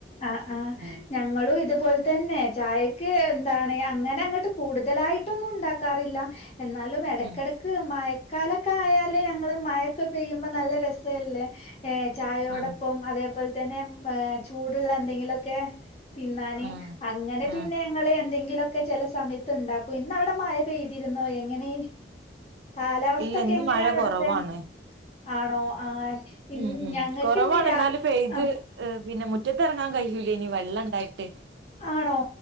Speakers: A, on the left; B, on the right.
A: അ അഞങ്ങളും
B: ഉം
A: ഇതി പോൽ തന്നെ ചായക്ക് എന്താണ് അങ്ങനെ അങ്ങണ്ട് കൂടുതലായിട്ടൊന്നും ണ്ടക്കാറില്ല എന്നാലും എടക്ക്
B: ഉം
A: എടക്ക് മയ കാലക്കായാല് ഞങ്ങള് മഴയൊക്ക പെയ്യുമ്പോൾ നല്ല രസല്ലെ ഏ ചായോടപ്പം
B: ഉം
A: അതെ ഇപ്പോൾ തന്നെ ചൂടുള്ള എന്തെങ്കിലൊക്കെ തിന്നാണ്
B: ഉം
A: അങ്ങനെ
B: ഉം
A: പിന്നെ ഞങ്ങള് എന്തെ ലൊക്കെ ചെലസമയത്ത്ണ്ടാക്കും ഇന്ന് അവടെ മഴ പെയ്തിരുന്നോ എങ്ങനെ കലാവസ്ഥ
B: ഇല്ല
A: ഒക്കെ
B: ഇന്ന്
A: എങ്ങിനെ
B: മഴ
A: അവിടെത്തെ
B: കുറവാണ്
A: ആണോ ആഹ് ഇൻ
B: ഉം ഉം
A: ഞങ്ങക്കിന്ന്
B: കൊറവാണ്
A: രാ
B: എന്നാലും പെയ്
A: ആ
B: പെയ്ത് പിന്നെ മുറ്റത്തറങ്ങാൻ കയ്യൂലേനി വെള്ളണ്ടായിട്ട്
A: ആണോ